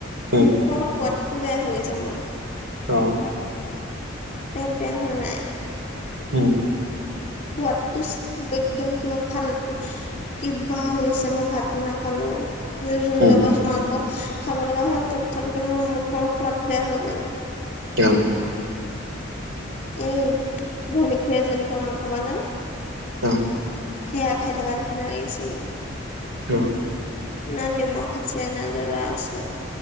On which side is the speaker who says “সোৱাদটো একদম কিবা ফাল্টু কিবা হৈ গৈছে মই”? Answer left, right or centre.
Left